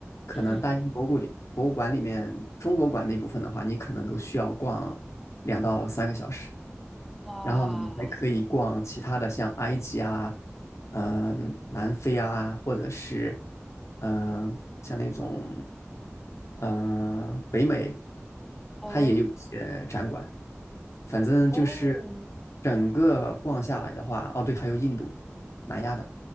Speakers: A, on the left; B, in the centre.
A: 可能大英博物里博物馆里面中国馆那部分的话，
B: 嗯，
A: 你可能都需要逛两到三个小时，
B: 哇，
A: 然后你还可以逛其他的，像埃及啊、呃南非啊，或者是呃像那种呃北美，
B: 哦
A: 它也有一些展馆。反正就是
B: 哦，
A: 整个逛下来的话，哦对，还有印度、南亚的，